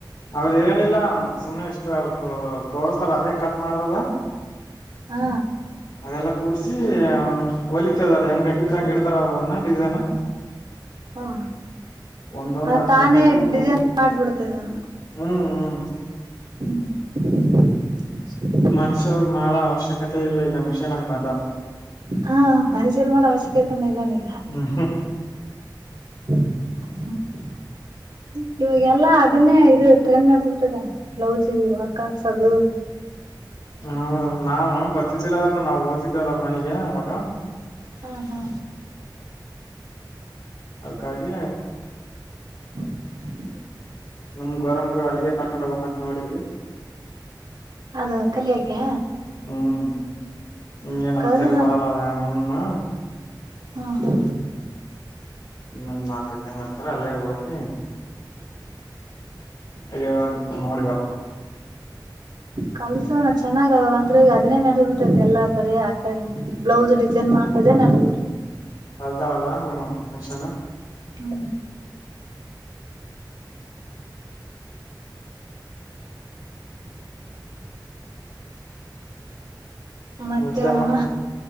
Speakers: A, on the left; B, on the right.
A: ಅವ್ರ ಏನಿಲ್ಲ ಸುಮ್ನೆ ಇಷ್ಟ ಅವಕ ತೋರ್ಸ್ತಾರ ಅದೇ ಕಟ್ ಮಾಡತದ
B: ಹಾ
A: ಅದೆಲ್ಲಾ ಕೂಡ್ಸಿ ಹೊಲಿತದ ಅದ್ ಹೆಂಗ್ ಬೇಕಿದ್ರೆ ಹಂಗ ಇಡ್ತಾರ ಅವ್ರನ್ನ ಡಿಸೈನು.
B: ಹಾ
A: ಒಂದೊಂದ್
B: ಆ
A: ಹದ್ನೈನೂರು
B: ತಾನೇ
A: ಮೂರ್
B: ಡಿಸೈನ್ ಮಾಡಬಿಡ್ತದಾನ.
A: ಹ್ಮ್ ಹ್ಮ್
B: <unintelligible>
A: ಮನುಷ್ಯ್ರು ಮಾಡೋ ಅವಶ್ಯಕತೆ ಇಲ್ಲ ಈಗ ಮಿಷನ್ ಹಂಗ್ ಬಂದ
B: ಹಾ ಮನಷರ ಮಾಡ ಅವಶ್ಯಕತನ ಇಲ್ಲ ನೀಗ.
A: ಹ್ಮ ಹ್ಮ
B: <inaudible> ಇವಾಗೆಲ್ಲಾ ಅದನ್ನೇ ಇದು ಟ್ರೆಂಡ್ ನಡದ್ ಬಿಟ್ಟತಣ ಬ್ಲೌಸ್ಗೆ ವರ್ಕ್ ಹಾಕ್ಸೋದು.
A: ಹಾ ಹೌದ ನಾವ್ ನಮಗ್ ಗೊತ್ತಿದ್ದಿಲ್ಲ ಅದ್ರ ನಾವ್ ಓ್ತದ್ದವಲ್ಲ್ಲ ಅವ್ರ ಮನಗೆ ಅವಾಗ
B: ಹ್ಮ ಹ್ಮ
A: <inaudible> ಅದಕ್ಕಾಗಿ
B: <inaudible>
A: ನಮ್ ಗೊರಮಗಳು ಅಲ್ಲಿಗೆ ಕರ್ಕೊಂಡ್ ಹೋಗ್ಬೇಕಂತ ನೋಡವಿ.
B: ಅದು ಕಲಿಯಕೆ
A: ಹ್ಮ್ ಹ್ಮ್ ಏನತಳ್ಗೆ
B: ಕಲ್ಸಣ
A: ಬರಲ್ಲ. ನಾ ಅವನ್ನ
B: ಹಾ ಹಾ
A: ಇನ್ನೊಂದ್ ನಾಲ್ಕೈ ತಿಂಗ್ಳ್ ಹತ್ತ್ರ ಅಲ್ಲೇ ಹೋಗಿ. ಅಯ್ಯೋ ನೋಡಿ ಬರ್ಬೆಕ್
B: ಕ್ಮಸ್ ನ ಚೆನ್ನಾಗ ಅಂಗೆ ಅದನ್ನೇ ನೆಡ್ ಬಿಟ್ಟೈತಿ ಎಲ್ಲದ. ಬರೇ ಆಕ ಬ್ಲೌಸ್ ಡಿಸೈನ್ ಮಾಡ್ತದೆೇ ಏನ್ ಆದ
A: ಅಳತಾಲಅಲ್ಲ ಮಿಷನ್
B: ಹ್ಮ ಮತ್ತೆ
A: ಮತ್ತೆಮ್ಮ
B: ಅಮ್ಮ